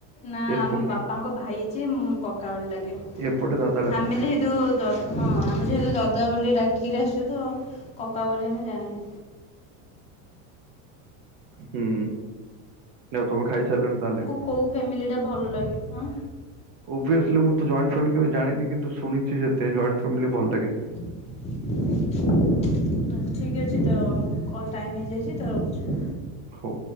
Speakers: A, on the left; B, on the right.
A: ନା
B: ଏପଟ
A: ଆମ ବାପା ବାପାଙ୍କ ଭାଇ ଯିଏ କକା ବୋଲି ଡାକେ
B: ଏପଟେ ଦାଦା ଡାକନ୍ତି
A: ଆମେ ଯେହେତୁ ହଁ ଆମେ ଯେହେତୁ ଦାଦା ବୋଲି ଡାକିରି ଆସଛୁ ତ କକା ବୋଲି ଆମେ ଜାଣିନୁ।
B: ହୁଁ ଆଉ ତମେ ଖାଇ ସାରିଲଣି ତାହେଲେ।
A: କେଉଁ ଫ୍ୟାମିଲିଟା ଭଲ ଲାଗେ ହଁ?
B: ଓଭିସ୍ଲି ମୁଁ ତ ଜଏଣ୍ଟ ଫାମିଲି କେବେ ଜାଣିନି କିନ୍ତୁଣିଛି ଯେତେ ଜଏଣ୍ଟ ଫାମିଲି ଭଲ ଲାଗେ।
A: <inaudible> ଆଛା ଠିକ୍ ଅଛି ତ କଲ୍ ଟାଇମ୍ ହେଇଯାଇଛି ତ ରଖୁଛ।
B: ହଉ।